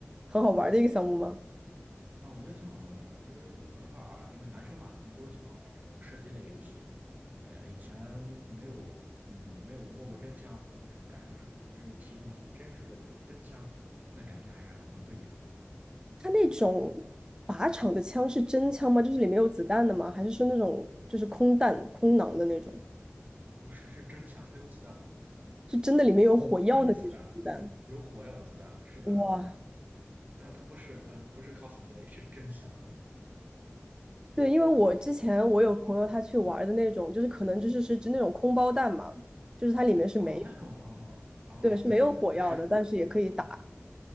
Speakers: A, on the right; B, on the right.
A: 很好玩的一个项目吗？
B: 啊，我觉得挺好玩的，因为我的话，因为男生嘛，可能都喜欢玩这种射击类游戏。呃，以前没有，嗯，没有摸过真枪，不知道这种感受是如何。这是体验了一下真实的这种真枪，那感觉还是很不一样。
A: 它那种靶场的枪是真枪吗？就是里面有子弹的吗？还是是那种就是空弹、空囊的那种？
B: 不是，是真枪，它有子弹的
A: 是真的里面有火药的那种子弹？
B: 真子弹，对，有火药的子弹。是的，
A: 哇，
B: 它它不是，呃，不是 cosplay，是真枪。
A: 对，因为我之前我有朋友他去玩的那种，就是可能就是是指那种空包弹嘛，就是它里面是没，
B: 哦，那种哦哦，
A: 对，是没有火药的，
B: 我明白，它是
A: 但是也可以打。